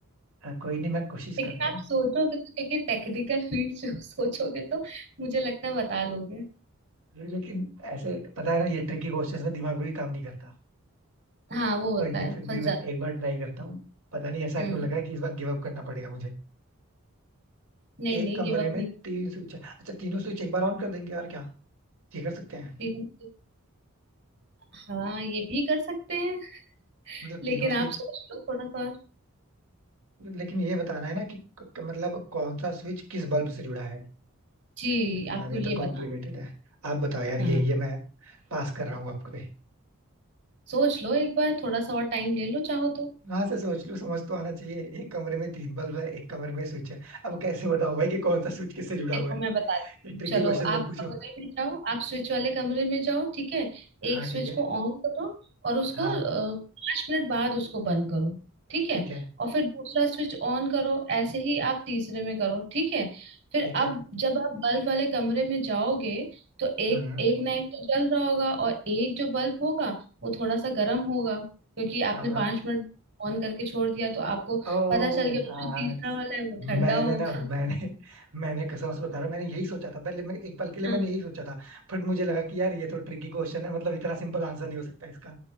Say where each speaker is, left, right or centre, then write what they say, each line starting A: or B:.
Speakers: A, on the right; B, on the right.
A: अ, कोई नहीं मैं कोशिश
B: लेकिन
A: करता हूँ
B: आप सोचोगे तो क्योंकि टेक्निकल फील्ड से हो, <laughs> सोचोगे तो मुझे लगता है बता लोगे
A: लेकिन ऐसे पता है ना ये ट्रिकी क्वेश्चंस में दिमाग भी काम नहीं करता
B: हाँ वो
A: कोई
B: होता
A: नहीं
B: है
A: फिर
B: फंस
A: भी मैं
B: जा
A: एक बार ट्राई करता हूँ पता नहीं ऐसा
B: हम्म
A: क्यों लग रहा है कि इस बार गिव अप करना पड़ेगा मुझे
B: नहीं
A: एक
B: नहीं
A: कमरे
B: गिव अप
A: में
B: नहीं
A: तीन स्विच है अच्छा तीनों स्विच एक बार ऑन कर देंगे और क्या ये कर सकते
B: करती
A: हैं
B: हूँ हाँ ये भी कर सकते हैं
A: मतलब
B: लेकिन
A: तीनों स्विच
B: आप सोच लो थोड़ा सा
A: लेकिन ये बताना है ना कि क- क- मतलब कौन सा स्विच किस बल्ब से जुड़ा है
B: जी
A: यार
B: आपको
A: ये
B: ये
A: तो कॉम्प्लिकेटेड
B: बताना
A: है आप बताओ यार
B: हाँ
A: ये ये मैं पास कर रहा हूँ आपको पे
B: सोच लो एक बार थोड़ा सा और टाइम ले लो चाहो तो
A: हाँ से सोच लूँ समझ तो आना चाहिए एक कमरे में तीन बल्ब है एक कमरे में स्विच है अब कैसे बताओ भाई कि कौन सा स्विच किससे जुड़ा
B: देखो
A: हुआ है
B: मैं बताती
A: ये
B: हूँ
A: ट्रिकी
B: चलो
A: क्वेश्चन मत
B: आप
A: पूछो
B: कमरे में जाओ आप स्विच वाले कमरे में जाओ ठीक है
A: हाँ
B: एक स्विच
A: ठीक है
B: को ऑन करो और उसको
A: हाँ
B: अ, पाँच मिनट बाद उसको बंद करो ठीक है
A: ठीक है
B: और फिर दूसरा स्विच ऑन करो ऐसे ही आप तीसरे में करो ठीक है फिर
A: ठीक
B: अब
A: है
B: जब आप बल्ब वाले कमरे में जाओगे तो एक
A: हम्म
B: एक ना एक तो जल रहा होगा और एक जो बल्ब होगा वो थोड़ा सा गर्म होगा क्योंकि आपने
A: हाँ
B: पाँच मिनट ऑन करके छोड़ दिया तो आपको
A: ओ
B: पता चल गया
A: यार
B: जो तीसरा वाला है वो ठंडा
A: मैंने
B: होगा
A: ना मैंने मैंने कसम से बता रहा हूँ मैंने यही सोचा था पहले मैं एक पल के लिए
B: <laughs>
A: मैंने यही सोचा था बट मुझे लगा कि यार ये तो ट्रिकी क्वेश्चन है मतलब इतना सिंपल आंसर नहीं हो सकता इसका